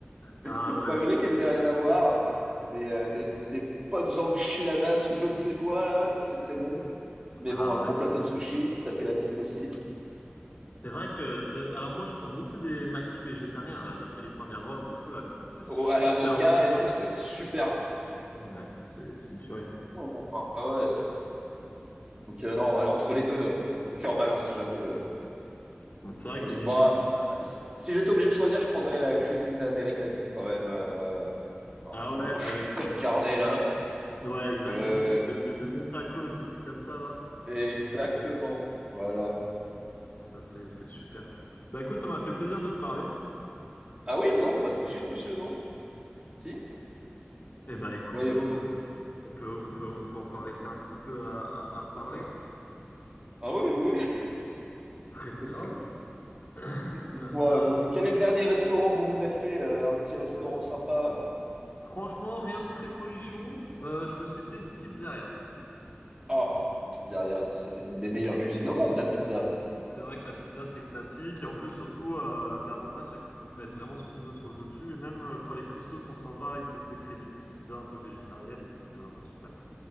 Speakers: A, on the left; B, on the right.
A: Ah
B: <laughs>
A: ouais,
B: malgré
A: je comprends.
B: qu'elles n'aient rien à voir. Mais euh, des, des bonnes enchiladas ou je ne sais quoi, là, c'est très bon. Mais
A: Ah
B: bon, un
A: ouais.
B: gros plateau de sushi, ça fait la diff aussi.
A: C'est vrai que c'est. Alors moi, je prends beaucoup des maquis végétariens, là, des California Rolls et tout là. Comment c'est super
B: Au- à l'avocat
A: bon ça.
B: et tout, c'est super.
A: Ouais, c'est c'est une tuerie.
B: bon. Ah ouais, c'est Donc euh, non, là, entre les deux, euh, mon cœur balance, j'avoue. Je,
A: C'est vrai
B: je
A: que c'est
B: sais.
A: difficile.
B: Bon, ah, si, si j'étais obligé de choisir, je prendrais la cuisine d'Amérique latine quand même. euh, ouais, ouais. ouais. un
A: Ah
B: bon gros
A: ouais, avec. des-
B: con carnet là.
A: Ouais, exactement.
B: Ouais, ouais,
A: Des, des- des bons tacos, des trucs comme ça là.
B: ouais. exactement. Voilà.
A: Bah c'est c'est super. Bah écoute, ça m'a fait plaisir de te parler.
B: Ah oui, mais non, pas tout de suite, monsieur, non? Si,
A: Et bah écoute.
B: voyez-vous.
A: euh, on peut, on peut, on peut encore rester un petit peu à, à- à parler.
B: Euh, Ah oui, oui. oui.
A: Très
B: <laughs>
A: bien.
B: Parce que-
A: <coughs>
B: Dites-moi,
A: <laughs> Alors,
B: vous, quel est le dernier restaurant que vous vous êtes fait? euh, un petit restaurant sympa?
A: franchement, rien de très folichon. Euh, je me suis fait une pizzeria.
B: Ah, une pizzeria, c'est une des meilleures cuisines au monde, la pizza.
A: C'est vrai que la pizza, c'est classique. Et en plus, surtout, euh, l'avantage, c'est qu'on peut mettre vraiment ce qu'on veut sur le dessus. Et même euh, quand les cuistots sont sympas, ils peuvent te créer des petites pizzas un peu végétariennes et tout. C'est vraiment super.